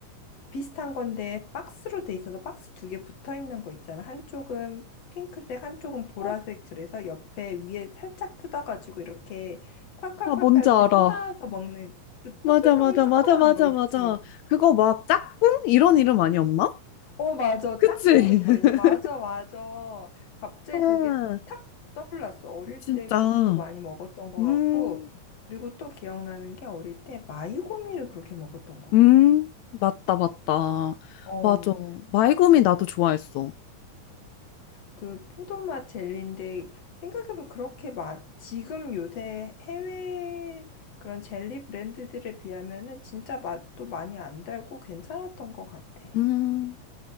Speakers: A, on the left; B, on the left.
A: 비슷한 건데 박스로 돼 있어서 박스 두 개 붙어 있는 거 있잖아. 한쪽은 핑크색, 한쪽은 보라색.
B: 어,
A: 그래서 옆에 위에 살짝 뜯어가지고 이렇게 콸콸콸콸
B: 나 뭔지
A: 이렇게
B: 알아.
A: 쏟아서 먹는 그
B: 맞아,
A: 동글동글
B: 맞아,
A: 조그만
B: 맞아, 맞아,
A: 거 있지.
B: 맞아. 그거 막 짝꿍? 이런 이름 아니었나?
A: 어, 맞아.
B: 그치?
A: 짝꿍.
B: <laughs>
A: 마- 맞아, 맞아. 갑자기
B: 아,
A: 그게 탁 떠올랐어. 어릴
B: 진짜.
A: 때 그것도 많이 먹었던 것
B: 음.
A: 같고. 그리고 또 기억나는 게 어릴 때 마이고미를 그렇게 먹었던 것
B: 음,
A: 같아.
B: 맞다, 맞다.
A: 어.
B: 맞아. 마이구미 나도 좋아했어.
A: 그 포도맛 젤리인데 생각해보면 그렇게 많 지금 요새 해외 그런 젤리 브랜드들에 비하면은 진짜 맛도 많이 안 달고 괜찮았던 것 같아.
B: 음,